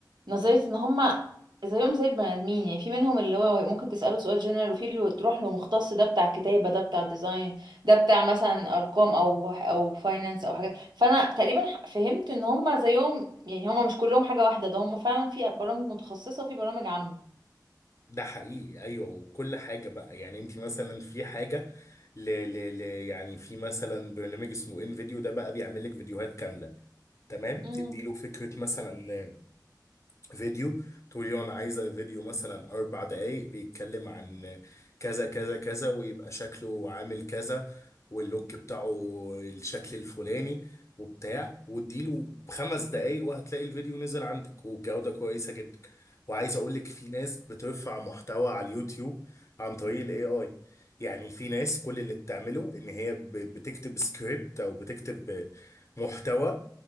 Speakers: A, on the right; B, on the left.
A: نظريه ان هما زيهم زي البني ادمين يعني في منهم اللي هو ممكن تساله سؤال جنرال وفي اللي تروح له مختص ده بتاع كتابه ده بتاع ديزاين ده بتاع مثلا ارقام او او فاينانس او حاجات فانا تقريبا ح- فهمت ان هما زيهم يعني هما مش كلهم حاجه واحده ده هما فعلا في برامج متخصصه وفي برامج عامه
B: ده حقيقي ايوه وكل حاجه بقى يعني انت مثلا في حاجه ل ل ل يعني في مثلا برنامج اسمه ان فيديو ده بقى بيعمل لك فيديوهات كامله تمام تدي
A: امم
B: له فكره مثلا فيديو تقول لي انا عايزه فيديو مثلا اربع دقائق بيتكلم عن كذا كذا كذا ويبقى شكله عامل كذا واللوك بتاعه الشكل الفلاني وبتاع واديله خمس دقائق وهتلاقي الفيديو نزل عندك وبجوده كويسه جدا وعايز اقول لك في ناس بترفع محتوى على اليوتيوب عن طريق الاي اي يعني في ناس كل اللي بتعمله ان هي ب- بتكتب سكريبت او بتكتب محتوى